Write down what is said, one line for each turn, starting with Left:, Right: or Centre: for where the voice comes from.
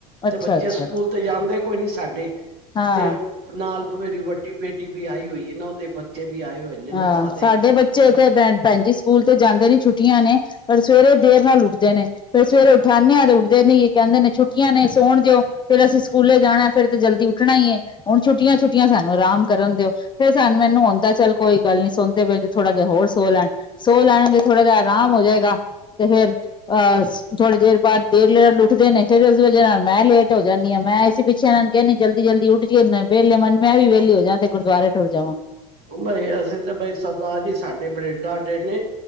Left: ਅੱਛਾ
Right: ਤੇ ਬੱਚੇ
Left: ਅੱਛਾ
Right: ਸਕੂਲ ਤੇ ਜਾਂਦੇ ਕੋਈ ਨੀ ਸਾਡੇ
Left: ਹਾਂ
Right: ਤੇ ਨਾਲ ਮੇਰੀ ਵੱਡੀ ਬੇਟੀ ਵੀ ਆਈ ਹੋਈ ਹੈ ਨਾ, ਉਹਦੇ ਬੱਚੇ ਵੀ ਆਏ ਹੋਏ। ਨੇ ਨਾ
Left: ਹਾਂ
Right: ਸਾਰੇ
Left: ਸਾਡੇ ਬੱਚੇ ਇਥੇ ਭੈਣ ਜੀ ਸਕੂਲ ਤੇ ਜਾਂਦੇ ਨੀ ਛੁੱਟੀਆਂ ਨੇ ਪਰ ਸਵੇਰੇ ਦੇਰ ਨਾਲ ਉੱਠਦੇ ਨੇ। ਫਿਰ ਸਵੇਰੇ ਉਠਾਨੇ ਆ ਤੇ ਉੱਠਦੇ ਨੀ, ਕਹਿੰਦੇ ਨੇ ਛੁੱਟੀਆਂ ਨੇ ਸੋਣ ਦਿਓ। ਫੇਰ ਅਸੀਂ ਸਕੂਲੇ ਜਾਣਾ ਫੇਰ ਤੇ ਜਲਦੀ ਉੱਠਣਾ ਹੀ ਏ, ਹੁਣ ਛੁੱਟੀਆਂ-ਛੁੱਟੀਆਂ ਸਾਨੂੰ ਆਰਾਮ ਕਰਨ ਦਿਓ। ਫਿਰ ਸਾਨ ਮੈਨੂੰ ਹੁੰਦਾ ਚੱਲ ਕੋਈ ਗੱਲ ਨੀ ਸੌਂਦੇ ਪਏ ਤੇ ਥੋੜ੍ਹਾ ਜਿਹਾ ਹੋਰ ਸੋ ਲੈਣ। ਸੋ ਲੈਣਗੇ ਥੋੜਾ ਜਿਹਾ ਆਰਾਮ ਹੋ ਜਾਏਗਾ। ਤੇ ਫੇਰ ਅਹ ਥੋੜੀ ਦੇਰ ਬਾਅਦ ਦੇਰ ਲੇਟ ਉਠਦੇ ਨੇ, ਫਿਰ ਉਸ ਵਜ੍ਹਾ ਨਾਲ ਮੈਂ ਲੇਟ ਹੋ ਜਾਂਦੀ ਹਾਂ। ਮੈਂ ਇਸੇ ਪਿੱਛੇ ਇਹਨਾਂ ਨੂੰ ਕਹਿਨੀ ਜਲਦੀ-ਜਲਦੀ ਉੱਠ ਜਿਏ ਵਿਹਲੇ ਮੰਨ ਮੈਂ ਵੀ ਵਿਹਲੇ ਹੋ ਜਾ ਤੇ ਗੁਰਦੁਆਰੇ ਟੁਰ ਜਾਵਾਂ।
Right: ਬਈ ਅਸੀਂ ਤੇ ਬਈ ਸਰਦਾਰ ਜੀ ਸਾਡੇ ਬੜੇ ਡਾਡੇ ਨੇ